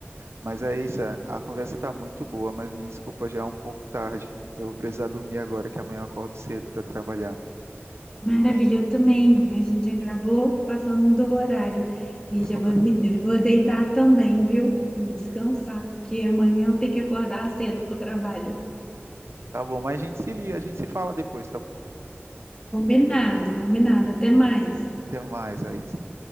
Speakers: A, on the right; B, on the left.
A: Mas é isso, é, a conversa está muito boa, mas me desculpa, já é um pouco tarde. Eu vou precisar dormir agora, que amanhã eu acordo cedo para trabalhar. Tudo
B: Maravilha,
A: bem?
B: eu também. A gente acabou passando do horário e
A: <laughs>
B: já vou me vou deitar também, viu? E descansar, porque amanhã eu tenho que acordar cedo para o trabalho.
A: Tá bom, mas a gente se liga, a gente se fala depois, tá bom?
B: Combinado, combinado. Até mais.
A: Até mais, Aísa.